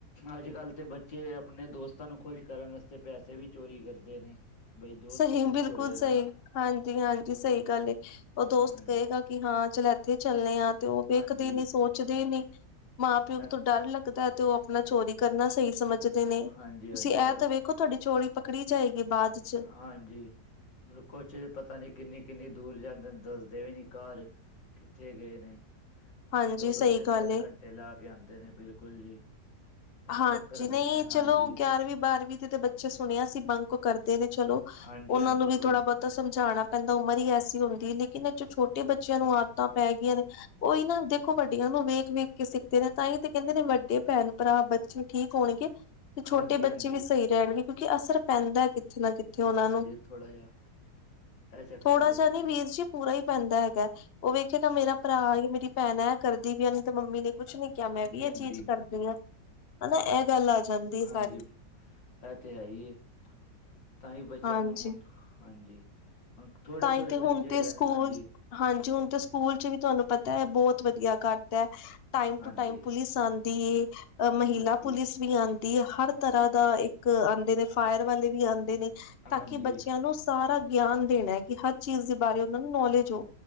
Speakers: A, on the left (about 85°); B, on the left (about 45°).
A: ਅੱਜ ਕੱਲ੍ਹ ਤੇ ਬੱਚੇ ਆਪਣੇ ਦੋਸਤਾਂ ਨੂੰ ਖ਼ੁਸ਼ ਕਰਨ ਵਾਸਤੇ ਪੈਸੇ ਵੀ ਚੋਰੀ ਕਰਦੇ ਨੇ ਬਈ ਦੋਸਤ
B: ਸਹੀ
A: ਖੁਸ਼
B: ਬਿਲਕੁਲ
A: ਹੋ ਜਾਣ,
B: ਸਹੀ ਹਾਂਜੀ ਹਾਂਜੀ ਸਹੀ ਗੱਲ ਉਹ ਦੋਸਤ
A: ਹਾਂਜੀ,
B: ਕਹੇਗਾ ਕਿ ਹਾਂ ਚਲ ਇਥੇ ਚੱਲੇ ਆ ਤੇ ਉਹ ਵੇਖਦੇ
A: ਹਾਂਜੀ,
B: ਨੀ ਸੋਚਦੇ ਨੀ ਮਾਂ ਪਿਓ
A: ਮੈਂ
B: ਤੋ ਡਰ ਲਗਦਾ ਤੇ ਉਹ ਆਪਣਾ ਚੋਰੀ ਕਰਨਾ ਸਹੀ ਸਮਝਦੇ ਨੇ
A: ਹਾਂਜੀ-ਹਾਂਜੀ,
B: ਤੁਸੀ ਇਹ
A: ਹੋਰ
B: ਤਾਂ ਵੇਖੋ ਤੁਹਾਡੀ ਚੋਰੀ ਪਕੜੀ ਜਾਏਗੀ ਬਾਅਦ ਚ
A: ਹਾਂਜੀ, ਹੋਰ ਕੁਛ ਪਤਾ ਨੀ ਕਿਨੀ-ਕਿਨੀ ਦੂਰ ਜਾਦੇ ਨੇ, ਦਸਦੇ ਵੀ ਨੀ ਘਰ ਕਿਥੇ ਗਏ ਨੇ?
B: ਹਾਂਜੀ
A: ਦੋ-ਦੋ,
B: ਸਹੀ
A: ਤਿਨ-ਤਿਨ
B: ਗੱਲ ਏ।
A: ਘੰਟੇ ਲਾ ਕੇ ਆਉਦੇ ਨੇ ਬਿਲਕੁਲ ਜੀ। ਐ
B: ਹਾਂਜੀ,
A: ਚੱਕਰ ਪੈ
B: ਨਹੀ
A: ਗਿਆ,
B: ਚਲੋ
A: ਹਾਂਜੀ,
B: ਗਿਆਰਵੀ-ਬਾਰਵੀ ਦੇ ਤੇ ਬੱਚੇ ਸੁਣਿਆ ਸੀ ਬੰਕ ਕਰਦੇ ਨੇ ਚਲੋ
A: ਹਾਂਜੀ-ਹਾਂਜੀ,
B: ਉਹਨਾਂ ਨੂੰ ਵੀ
A: ਕੋਈ
B: ਥੋੜਾ ਬਹੁਤਾ ਤਾਂ ਸਮਝਾਉਣਾ ਪੈਦਾ ਉਮਰ ਹੀ ਐਸੀ ਹੁਦੀ ਲੇਕਿਨ ਇਹ ਚ ਛੋਟੇ ਬੱਚਿਆਂ ਨੂੰ ਆਦਤਾ ਪੈ ਗਈਆਂ ਨੇ ਉਹੀ ਨਾ ਦੇਖੋ ਵੱਡੀਆਂ ਨੂੰ ਵੇਖ-ਵੇਖ ਕੇ ਸਿਖਦੇ ਨੇ। ਤਾਂ ਹੀ ਤੇ ਕਹਿਦੇ ਨੇ ਵਡੇ ਭੈਣ-ਭਰਾ, ਬੱਚੇ ਠੀਕ ਹੋਣਗੇ ਤੇ ਛੋਟੇ
A: ਹਾਂਜੀ,
B: ਬੱਚੇ
A: ਹਾਂਜੀ,
B: ਵੀ ਸਹੀ ਰਣਗੇ ਕਿਉਕਿ ਅਸਰ ਪੈਂਦਾ ਕਿਥੇ? ਕਿਥੇ ਨਾ ਕਿਥੇ ਉਹਨਾਂ
A: ਹਾਂਜੀ
B: ਨੂੰ
A: ਥੋੜਾ ਜਿਹਾ ਇਹ ਚੱਕਰ
B: ਥੋੜਾ
A: ਏ।
B: ਜਿਹਾ ਨੀ ਵੀਰ ਜੀ ਪੂਰਾ ਹੀ ਪੈਂਦਾ ਹੈਗਾ ਉਹ ਵੇਖੇਗਾ ਮੇਰਾ ਭਰਾ, ਮੇਰੀ ਭੈਣ ਹੈ ਕਰਦੀ ਵੀ ਹੈ ਨੀ ਤੇ ਮੰਮੀ ਨੇ ਕੁਛ ਨੀ ਕਿਹਾ, ਮੈਂ
A: ਹਾਂਜੀ,
B: ਵੀ ਇਹ
A: ਹਾਂਜੀ,
B: ਚੀਜ਼ ਕਰਦੀ ਹਾਂ, ਹੈਨਾ ਇਹ ਗੱਲ ਆ ਜਾਦੀ ਸਾਰੀ।
A: ਹਾਂਜੀ ਇਹ ਤੇ ਹੈਹੀਏ। ਤਾਂ ਹੀ ਬੱਚਿਆਂ
B: ਹਾਂਜੀ
A: ਨੂੰ ਹੁਣ ਹਾਜੀ, ਹੁਣ ਥੋੜੇ-ਥੋੜੇ
B: ਤਾਂ ਹੀ ਤੇ
A: ਬੱਚੇ
B: ਹੁਣ ਤੇ
A: ਹੈਗੇ
B: ਸਕੂਲ
A: ਨੇ ਹਾਂਜੀ।
B: ਹਾਂਜੀ, ਹੁਣ ਤਾਂ ਸਕੂਲ ਚ ਵੀ ਤੁਹਾਨੂੰ ਪਤਾ ਹੈ ਬਹੁਤ ਵਧੀਆ ਕਰਤਾ ਹੈ। ਟਾਈਮ
A: ਹਾਂਜੀ,
B: ਟੂ ਟਾਈਮ ਪੁਲਿਸ ਆਉਦੀ ਏ, ਮਹਿਲਾ
A: ਹਾਂਜੀ,
B: ਪੁਲਿਸ ਵੀ ਆਉਦੀ ਹੈ। ਹਰ ਤਰ੍ਹਾਂ ਦਾ ਇਕ ਆਉਦੇ ਨੇ ਫਾਇਰ ਵਾਲੇ ਵੀ ਆਉਦੇ ਨੇ
A: ਹਾਂਜੀ,
B: ਤਾਂਕਿ ਬੱਚਿਆਂ
A: ਹਾਂਜੀ,
B: ਨੂੰ ਸਾਰਾ ਗਿਆਨ ਦੇਣਾ ਹੈ ਕਿ ਹਰ ਚੀਜ਼ ਦੇ ਬਾਰੇ ਉਹਨਾ ਨੂੰ ਨੌਲੇਜ ਹੋ।